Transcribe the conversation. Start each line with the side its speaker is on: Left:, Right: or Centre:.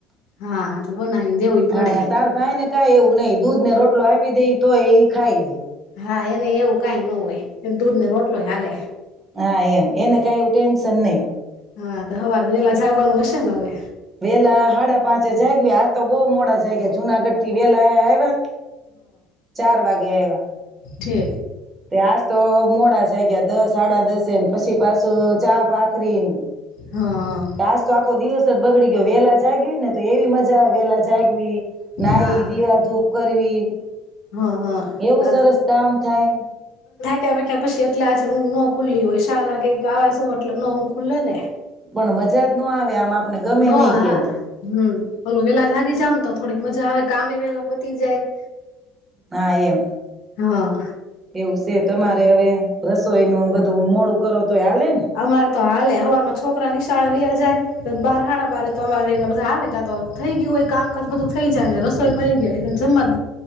Left: હા તો બનાવીને દેવું પડે
Right: હા તાર ભાઈ ને કઈ એવું નહી દૂધ ને રોટલો આપી દે તો એ ખાઈ લે
Left: હા એને એવું કઈ ન હોય એ દૂધ ને રોટલો ચાલે
Right: હા એમ એને કઈું એવું ટેન્શન નહી
Left: હા તો સવારે વેલા જાગવાનું હશે ને હવે
Right: વહેલા હાડા પાંચે જાગ્યા આજ તો બહુ મોડા જાગ્યા જુનાગઢ થી વહેલા ય આયવા ચાર વાગ્યા એવા
Left: ઉઠે
Right: તે આજ તો મોડા જ ગયા દસ સાડા દસને પછી પાછું ચા ભાખરીને
Left: હા
Right: તો આજ તો આખો દિવસ જ બગડી ગયો વહેલા જાગવી ને તો એવી મજા આવે વેલા જાગવી નાઈ
Left: હા
Right: દીવાધૂપ કરી <inaudible>
Left: હ હ
Right: એવું સરસ કામ થાય
Left: <inaudible> પી એટલેજે હું ન ખુલ્લી હોય ચાર વાગે આવ છું એટલે ન હું ખુલ્લે ને
Right: પણ મજા જ ન આવે આમ આપને ગમે
Left: નો
Right: નહી
Left: હા
Right: ક્યાંય
Left: હમ હોલું વેલા જાગી જાવને તો થોડીક મજા આવે કામે વહેલા પતી જાય
Right: હા એમ
Left: હા
Right: એવું છે તમારે હવે રસોઈનું બધું મોડું કરો તોય હાલે ને
Left: અમારે તો હાલે હવારમાં છોકરા નિશાળ વ્યા જાય બાર હાળા બારે તો અમારે બધા આવે ત્યા તો થઈ ગયું હોય કામકાજ બધું થઈ જાય ને રસોઈ બની જાય એટલે જમવાનું